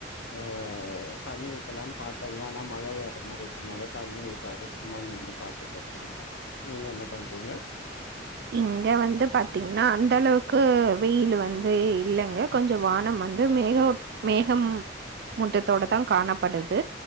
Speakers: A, on the left; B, on the right.
A: ஆ தண்ணி ஊத்தலாம்னு பாத் தெங்கானா மழை வேற மாரி இருக்குனால தண்ணி ஊத்தாம சும்மா நின்ன பாத்துட்டு இருக்காங்க நீங்க என்ன பண்றிங்க
B: இங்க வந்து பாத்தீங்கன்னா அந்த அளவுக்கு வெயில் வந்து இல்லைங்க கொஞ்ச வானம் வந்து மேக மேக மூட்டத்தோட தா காணப்படுது